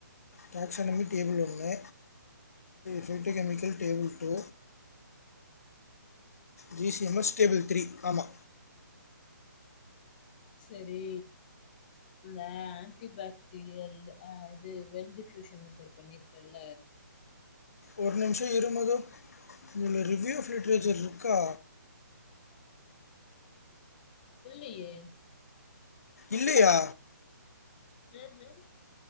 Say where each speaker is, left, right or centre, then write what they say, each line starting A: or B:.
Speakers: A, on the left; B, on the left.
A: கனெக்ஷன் ஒன்னு டேபிள் ஒன்னு phytochemical table two G C M S table three ஆமா
B: சேரி இந்த ஆன்டிபாக்டீரியல் ஆ இது வெல் டிஃப்யூஷன் மெத்தட் பண்ணிருக்கல்ல
A: ஒரு நிம்ஷோ இரு மது இதுல ரிவ்யூ ஃபில்ட்ரேச்சர்ருக்கா
B: ம். இல்லயே
A: இல்லயா
B: ம் ஹும்